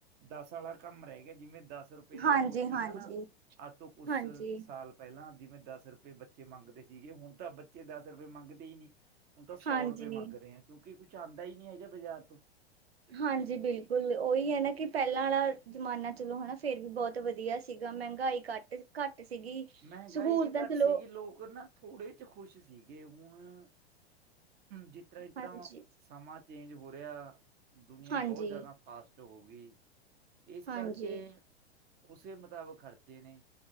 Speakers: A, on the right; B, on the right.
A: ਦਸ ਵਾਲਾ ਕੰਮ ਰਹਿ ਗਿਆ। ਜਿਵੇਂ ਦਸ ਰੁਪਏ ਦਾ
B: ਹਾਂਜੀ
A: ਨੋਟ ਸੀਗਾ
B: ਹਾਂਜੀ
A: ਨਾ ਅੱਜ ਤੋਂ ਕੁਛ
B: ਹਾਂਜੀ
A: ਸਾਲ ਪਹਿਲਾਂ ਜਿਵੇਂ ਦਸ ਰੁਪਏ ਬੱਚੇ ਮੰਗਦੇ ਸੀਗੇ। ਹੁਣ ਤਾਂ ਬੱਚੇ ਦਸ ਰੁਪਏ ਮੰਗਦੇ ਹੀ ਨਹੀਂ। ਹੁਣ ਤਾਂ ਸੌ
B: ਹਾਂਜੀ
A: ਰੁਪਏ ਮੰਗਦੇ ਆ। ਕਿਉਂਕਿ, ਕੁਛ ਆਉਂਦਾ ਹੀ ਨਹੀਂ ਹੈਗਾ ਬਾਜ਼ਾਰ ਤੋਂ
B: ਹਾਂਜੀ ਬਿਲਕੁਲ, ਉਹੀ ਹੈ ਨਾ ਕਿ ਪਹਿਲਾਂ ਵਾਲਾ ਜ਼ਮਾਨਾ ਚਲੋ ਹੈਨਾ ਫੇਰ ਵੀ ਬਹੁਤ ਵਧੀਆ ਸੀਗਾ। ਮੰਹਗਾਈ ਘੱਟ- ਘੱਟ ਸੀਗੀ।
A: ਮਂਹਗਾਈ
B: ਸਹੂਲਤਾਂ
A: ਵੀ ਘੱਟ ਸੀਗੀ।
B: ਚਲੋ
A: ਲੋਕ ਨਾ ਥੋੜ੍ਹੇ ਚ ਖ਼ੁਸ਼ ਸੀਗੇ। ਹੁਣ ਜਿਤਰ੍ਹਾਂ -ਜਿਤਰ੍ਹਾਂ
B: ਹਾਂਜੀ
A: ਸਮਾਂ ਚੇਂਜ ਹੋ ਰਿਹਾ। ਦੁਨੀਆਂ
B: ਹਾਂਜੀ
A: ਬਹੁਤ ਜ਼ਿਆਦਾ ਫਾਸਟ ਹੋ ਗਈ। ਇਸ
B: ਹਾਂਜੀ
A: ਕਰਕੇ ਉਸੇ ਮੁਤਾਬਕ ਖਰਚੇ ਨੇ।